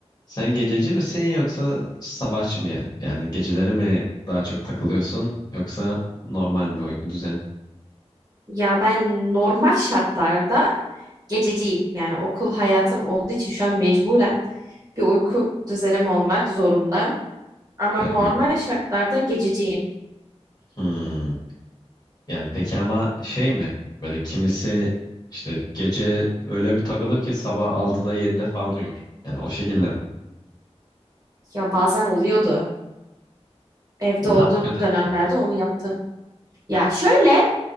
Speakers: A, on the left; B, on the right.
A: Sen gececi misin yoksa sabahçı mı ya? Yani geceleri mi daha çok takılıyorsun yoksa normal mi uyku düzeni?
B: Ya ben normal şartlarda gececiyim. Yani okul hayatım olduğu için şu an mecburen bir uyku düzenim olmak zorundayım. Ama
A: Hay-
B: normal
A: uy-
B: şartlarda gececiyim.
A: Hmm. Yani peki ama şey mi? Böyle kimisi işte gece öyle bir takılır ki sabah altıda 7'de falan uyur. Yani o şekilde mi?
B: Ya bazen oluyordu. Evde
A: E,
B: olduğum
A: ne yapıyordun
B: dönemlerde
A: ki?
B: onu yaptım. Ya şöyle,